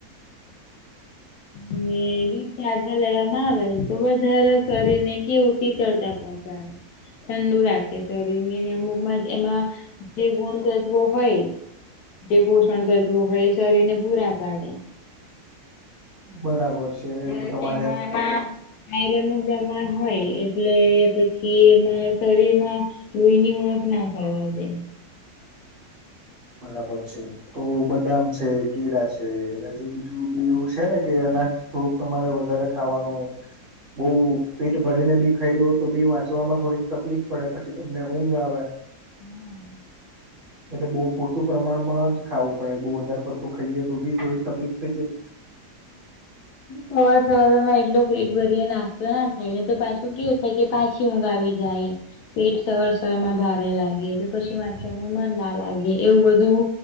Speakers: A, on the left (about 75°); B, on the right (about 40°).
A: એને દૂધથી હાથે લેવામાં આવે તો વધારે શરીર ને કેવું શીતળતા બજાર ઠંડુ રાખે શરીર ની અમુક માં જ એમાં જે ગુણ તત્વો હોય જે પોષણ કરતું હોય એ શરીર ને પૂરા પાડે.
B: બરાબર છે.
A: <unintelligible>
B: તો તમારે
A: તેમાં એના આયરનુ પ્રમાણ હોય એટલે પછી એમાં શરીરમાં લોહી ની ઉણપ ના થવા દે.
B: બરાબર છે. તો બદામ છે કેળા છે એના જેવુ બીજું બી એવું છે ને કે અનાજ થોડુંક તમારે વધારે ખાવાનું બહુ પેટ ભરીને બી ખાઈ લો તો બી વાંચવામાં થોડીક તકલીફ પડે પછી તમને ઊંઘ આવે.
A: હમ.
B: એટલે બહુ પૂરતું પ્રમાણમાં જ ખાવું પડે બહુ વધારે પડતું ખાઈએ તો બી થોડીક તકલીફ થઈ જાય.
A: સવાર સવામાં એટલું પેટ ભરી ના ના થાયને તો પાછું કેવું થાય કે પાછી ઊંઘ આવી જાય. પેટ સવાર સવાર માં ભારે લાગી તો પછી વા ચવામાં મન ના લાગે એવું બધું